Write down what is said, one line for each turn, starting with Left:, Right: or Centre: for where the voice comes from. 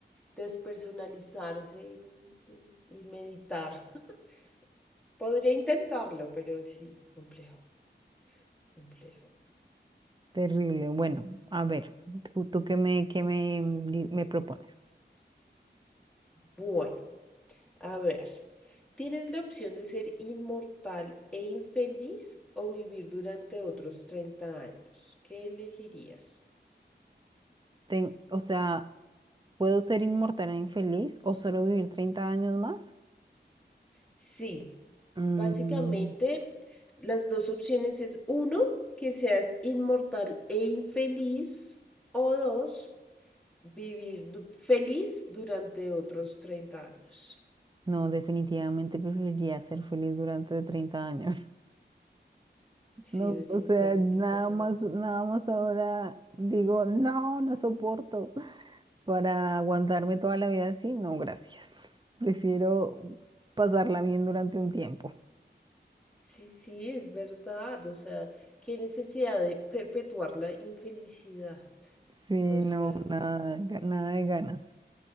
Centre: despersonalizarse y, y- y meditar. <laughs> Podría intentarlo, pero sí, complejo, complejo.
Right: Terrible. Bueno, a ver, ¿tú, tú qué me, qué me, mm, di- me propones?
Centre: Bueno, a ver, ¿tienes la opción de ser inmortal e infeliz o vivir durante otros 30 años? ¿Qué elegirías?
Right: Ten- o sea, ¿puedo ser inmortal e infeliz o solo vivir 30 años más?
Centre: Sí,
Right: Mm,
Centre: Básicamente, las dos opciones es uno, que seas inmortal e infeliz, o dos, vivir du- feliz durante otros 30 años.
Right: No, definitivamente preferiría ser feliz durante 30 años. <laughs>
Centre: Sí,
Right: No,
Centre: definitivamente
Right: o sea, nada
Centre: yo también.
Right: más, nada más ahora digo, no, no soporto. Para aguantarme toda la vida así, no, gracias. Prefiero pasarla bien durante un tiempo.
Centre: Sí, sí, es verdad. O sea, qué necesidad de perpetuar la infelicidad.
Right: Sí, no,
Centre: O sea,
Right: nada, ga- nada de ganas.